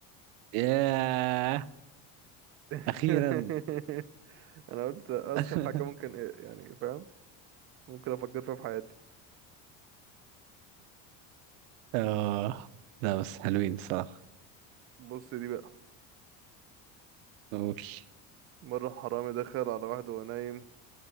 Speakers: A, on the right (about 80°); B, on the right (about 40°).
A: ياه
B: <laughs>
A: اخيرا
B: انا قلت اسخف
A: <laughs>
B: حاجة ممكن إيه يعني فاهم ممكن افكر فيها في حياتي
A: اه لا بس حلوين الصراحه
B: بص دي بقى
A: اوكي
B: مرة حرامي دخل على واحد وهو نايم